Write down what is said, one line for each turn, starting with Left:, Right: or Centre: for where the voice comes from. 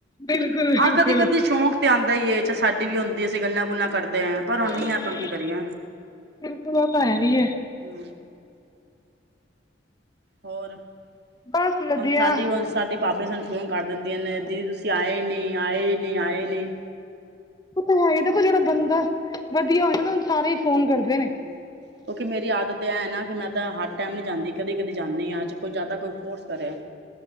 Left: ਬਿਲਕੁਲ ਬਿਲਕੁਲ
Right: ਆਹ ਕਦੀ-ਕਦੀ ਸ਼ੌਂਕ ਤੇ ਆਉਂਦਾ ਹੀ ਏ ਕੇ ਸਾਡੀ ਵੀ ਹੁੰਦੀ ਅਸੀਂ ਗੱਲਾਂ ਗੱਲਾਂ ਕਰਦੇ ਹਾਂ ਪਰ ਹੁਣ
Left: ਹਾਂਜੀ
Right: ਨੀ ਆ ਤੁਮ ਕੀ ਕਰੀਏ
Left: ਬਿਲਕੁਲ ਉਹ ਤਾਂ ਹੈ ਹੀ
Right: ਹਮ ਹੋਰ ਹੁਣ
Left: ਬਸ ਵਧੀਆ
Right: ਸਾਡੀ ਵਂਸ਼ ਸਾਡੇ ਭਾਬੀਆਂ ਸਾਨੂੰ ਫੋਨ ਕਰ ਦਿੰਦੀਆਂ ਨੇ ਦੀਦੀ ਤੁਸੀਂ ਆਏ ਨੀ ਆਏ ਨੀ ਆਏ ਨੇ-
Left: ਤਾਂ ਹੈ ਹੀ ਦੇਖੋ ਜਿਹੜਾ ਬੰਦਾ ਵਧੀਆ ਹੋਇ ਨਾ ਉਹਨੂ ਸਾਰੇ ਹੀ ਫੋਨ ਕਰਦੇ ਨੇ
Right: ਹਮ ਕਿਉਂਕਿ ਮੇਰੀ ਆਦਤ ਇਹ ਹੈ ਨਾ ਕਿ ਮੈਂ ਤਾਂ ਹਰ ਟਾਈਮ ਨਹੀਂ ਜਾਂਦੀ ਕਦੀ ਕਦੀ ਜਾਂਦੀ ਹਾਂ ਕੋਈ ਜ਼ਿਆਦਾ ਕੋਈ ਫੋਰਸ ਕਰੇ